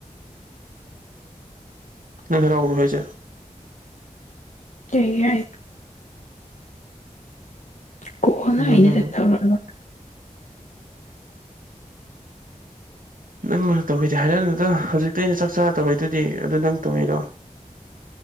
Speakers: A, on the right; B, on the left.
A: ꯅꯪ ꯍꯔꯥꯎꯕꯔꯣ ꯍꯩꯁꯦ
B: ꯀꯩꯒꯤ ꯀꯣꯅ
A: ꯑꯗꯨ
B: ꯑꯩꯅꯗꯤ
A: ꯅꯪ
B: ꯇꯧꯔꯛꯑꯔꯣꯏ
A: ꯅꯪꯅ ꯇꯧꯒꯦꯗꯤ ꯍꯥꯏꯔꯛꯑꯅꯨꯗ ꯍꯧꯖꯤꯛꯇ ꯑꯩꯅ ꯆꯥꯛ ꯆꯥꯔꯥ ꯇꯧꯔꯛꯏꯗꯨꯗꯤ ꯑꯗꯨ ꯅꯪ ꯇꯧꯔꯤꯔꯣ